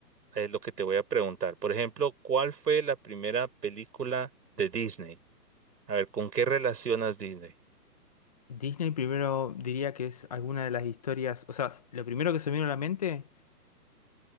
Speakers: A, on the right; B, on the left.
A: a lo que te voy a preguntar. Por ejemplo, ¿cuál fue la primera película de Disney? A ver, ¿con qué relacionas Disney?
B: Disney primero diría que es alguna de las historias. O sea, lo primero que se me vino a la mente.